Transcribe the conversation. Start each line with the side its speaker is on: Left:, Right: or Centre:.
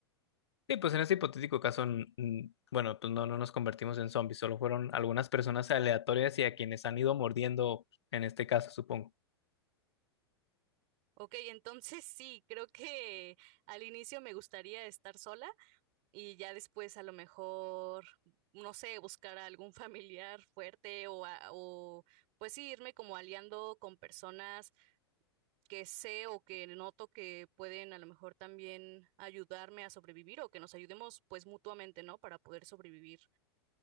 Left: Sí, pues en este hipotético caso, n- n- bueno, pues no, no nos convertimos en zombies, solo fueron algunas personas aleatorias y a quienes han ido mordiendo, en este caso, supongo.
Right: Ok, entonces sí, creo que al inicio me gustaría estar sola y ya después a lo mejor, no sé, buscar a algún <laughs> familiar fuerte o, a- o pues sí, irme como aliando con personas que sé o que noto que pueden a lo mejor también ayudarme a sobrevivir o que nos ayudemos pues mutuamente, ¿no? Para poder sobrevivir.